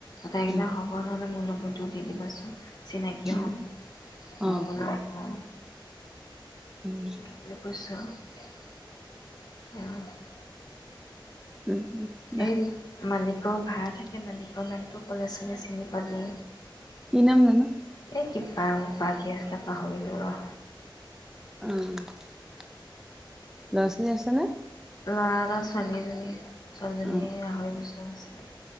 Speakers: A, on the left; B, in the centre.
A: তাই
B: উম
A: <unintelligible> মোৰ নম্বৰটো দি দিবাচোন চিনাকি
B: উম
A: হম' মই
B: অ
A: বোলো অ
B: উম
A: <unintelligible> অ
B: উম উম বাহ
A: এই মালিকৰ ভাড়া থাকে মালিকৰ নামটো কলে চাগে চিনি পাবি
B: কি নাম জানো
A: এই কিবা উপাধি আছিলে পাহৰিলোঁ ৰ'
B: অ ল'ৰা ছোৱালী আছে নে?
A: ল'ৰা এটা ছোৱালী এজনী ছোৱালীজনীয়ে
B: অ অ
A: আঢ়ৈ বছৰ হৈছে